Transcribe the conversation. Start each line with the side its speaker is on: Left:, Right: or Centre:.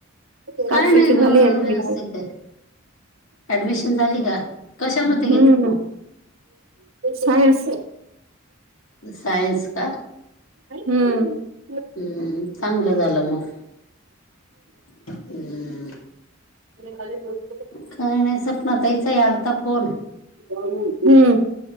Left: काय
Right: साक्षीची
Left: नाही
Right: झाली
Left: व्यवस्थित
Right: ऍडमिशन.
Left: आहे. ऍडमिशन झाली का? कशामध्ये
Right: हम्म
Left: घेतली मग?
Right: सायन्स.
Left: सायन्स का.
Right: हम्म..
Left: हम्म चांगलं झालं मग हम्.
Right: म हो <inaudible>
Left: काय नाही, सपना ताई चा पण आलता फोन.
Right: हम्म